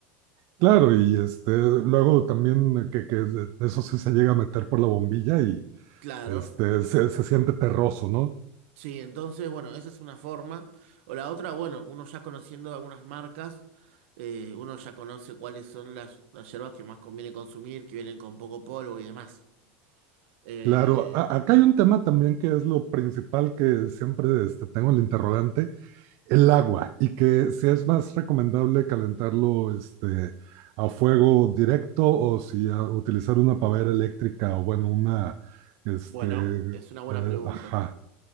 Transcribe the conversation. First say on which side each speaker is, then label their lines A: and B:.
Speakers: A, on the right; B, on the right.
A: Claro, y este, luego también eh, que, que es- eso sí se llega a meter por la bombilla y
B: Claro.
A: este, se, se siente terroso, ¿no?
B: Sí, entonces, bueno, esa es una forma. O la otra, bueno, uno ya conociendo algunas marcas, eh, uno ya conoce cuáles son las, las hierbas que más conviene consumir, que vienen con poco polvo y demás. Eh,
A: Claro, a- acá hay un tema también que es lo principal que siempre este, tengo el interrogante, el agua, y que si es más recomendable calentarlo este, a fuego directo o si a- utilizar una pavera eléctrica o bueno, una, este,
B: bueno,
A: eh,
B: es una buena pregunta.
A: ajá,